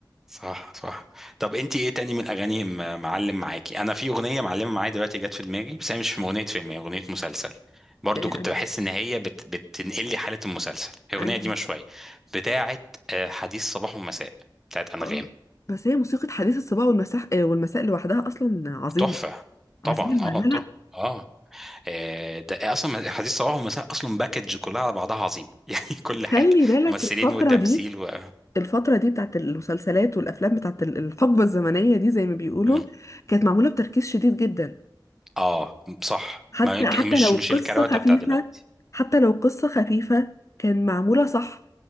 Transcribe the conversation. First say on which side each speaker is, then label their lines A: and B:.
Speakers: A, in the centre; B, on the left.
A: صح صح طب انت ايه تاني من الاغاني م- معلم معاكي انا في اغنيه معلمه معايا دلوقتي جت في دماغي بس هي مش من اغنيه فيلم هي اغنيه مسلسل برضو
B: آه،
A: كنت
B: أن...
A: بحس ان هي بت... بتنقل لي حاله المسلسل هي
B: أن...
A: اغنيه دي شويه بتاعه آه، حديث صباح ومساء بتاعه انغام
B: اه بس هي موسيقى حديث الصباح والمساء آه، والمساء لوحدها اصلا عظيمه
A: تحفه طبعا
B: عظيمه
A: اه
B: لا
A: طبعا
B: لا
A: اه آه، ده اصلا حديث صباح ومساء اصلا باكج كلها على بعضها عظيم <laughs> يعني كل حاجه
B: خلي بالك
A: ممثلين
B: الفتره
A: وتمثيل
B: دي
A: و...
B: الفترة دي بتاعت المسلسلات والأفلام بتاعت ال- الحقبة الزمنية دي زي ما بيقولوا
A: مم.
B: كانت معمولة بتركيز شديد جدا
A: اه صح
B: حتى
A: ما...
B: حتى
A: مش
B: لو
A: مش
B: قصة
A: الكروته
B: خفيفة
A: بتاع دلوقتي
B: حتى لو قصة خفيفة كان معمولة صح